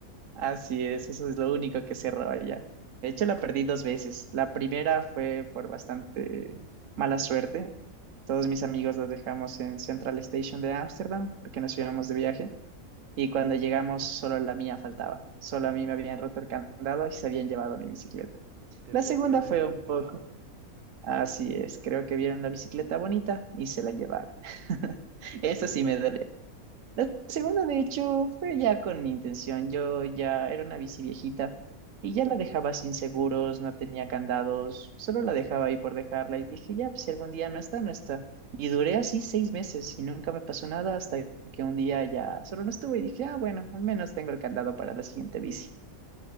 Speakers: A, on the right; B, on the right.
A: Así es, eso es lo único que se roba ya. De hecho, la perdí dos veces. La primera fue por bastante mala suerte. Todos mis amigos los dejamos en Central Station de Ámsterdam porque nos íbamos de viaje y cuando llegamos solo la mía faltaba. Solo a mí
B: No,
A: me habían roto el candado y se habían llevado mi bicicleta.
B: te
A: La
B: rompieron
A: segunda fue
B: el candado.
A: un poco, así es, creo que vieron la bicicleta bonita y se la llevaron. <laughs>
B: Y la
A: Eso
B: segunda,
A: sí me duele. La segunda, de hecho, fue ya con mi intención. Yo ya era una bici viejita y ya la dejaba sin seguros, no tenía candados, solo la dejaba ahí por dejarla y dije, ya, pues si algún día no está, no está. Y duré así seis meses y nunca me pasó nada hasta que un día ya solo no estuvo y dije, ah, bueno, al menos tengo el candado para la siguiente bici.